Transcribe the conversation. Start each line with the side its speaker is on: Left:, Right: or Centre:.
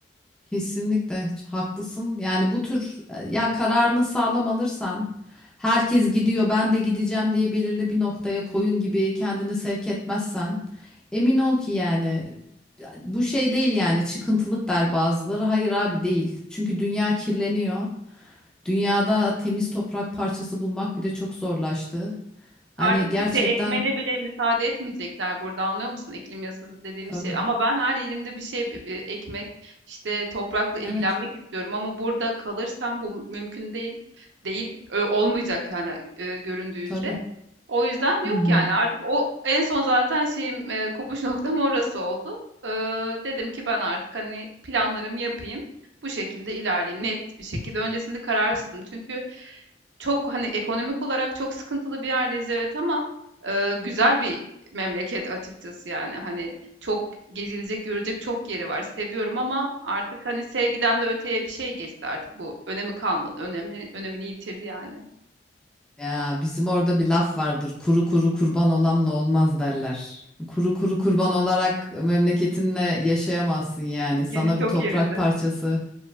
Centre: Kesinlikle haklısın. Yani bu tür e, ya kararını sağlam alırsan herkes gidiyor ben de gideceğim diye belirli bir noktaya koyun gibi kendini sevk etmezsen emin ol ki yani bu şey değil yani çıkıntılık der bazıları. Hayır abi değil. Çünkü dünya kirleniyor. Dünyada temiz toprak parçası bulmak bile çok zorlaştı. Hani
Right: Artık
Centre: gerçekten
Right: bir şey ekmene bile müsaade etmeyecekler burada anlıyor musun iklim yasası dediğim
Centre: tabii.
Right: şey. Ama ben her yerimde bir şey bi- bi- ekmek işte toprakla ilgilenmek
Centre: Evet,
Right: istiyorum ama burada kalırsam bu mümkün değil değil Ö- olmayacak yani e, göründüğü
Centre: tabii.
Right: üzere. O yüzden
Centre: Hı
Right: yok
Centre: hı.
Right: yani artık o en son zaten şeyim e, kopuş noktam <laughs> orası oldu. Ee, dedim ki ben artık hani planlarımı yapayım. Bu şekilde ilerleyeyim net bir şekilde. Öncesinde kararsızdım çünkü çok hani ekonomik olarak çok sıkıntılı bir yerdeyiz evet ama e, güzel bir memleket açıkçası yani hani çok gezilecek görecek çok yeri var seviyorum ama artık hani sevgiden de öteye bir şey geçti artık bu önemi kalmadı önemli önemini yitirdi yani
Centre: Ya bizim orada bir laf vardır. Kuru kuru kurban olanla olmaz derler. Kuru kuru kurban olarak memleketinle yaşayamazsın yani.
Right: <laughs>
Centre: Sana
Right: Çok
Centre: bir toprak
Right: yerinde.
Centre: parçası,